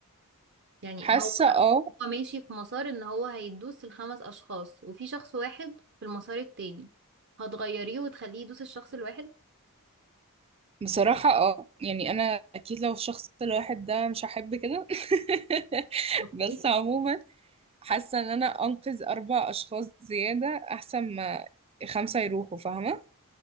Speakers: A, on the right (about 50°); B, on the right (about 25°).
A: يعني
B: حاسة
A: هو
B: اه
A: هو ماشي في مسار ان هو هيدوس الخمس أشخاص وفي شخص واحد في المسار التاني هتغيريه وتخليه يدوس الشخص الواحد
B: بصراحة اه يعني انا اكيد لو الشخص الواحد ده مش هحب كده <laughs>
A: اوكي
B: بس عموما حاسة ان انا انقذ اربع اشخاص زيادة احسن ما خمسة يروحوا فاهمة